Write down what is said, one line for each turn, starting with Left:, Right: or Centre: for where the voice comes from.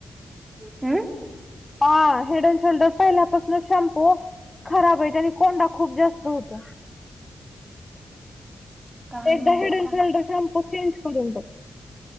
Right: <unintelligible> अं.
Left: हा, हेड अँड शोल्डर पहिल्यापासूनच शॅम्पू खराबय. त्यांनी कोंडा खूप जास्त होत.
Right: काय
Left: एकदा
Right: माहित
Left: हेड
Right: आता.
Left: अँड शोल्डर शाम्पू चेंज करून बघ.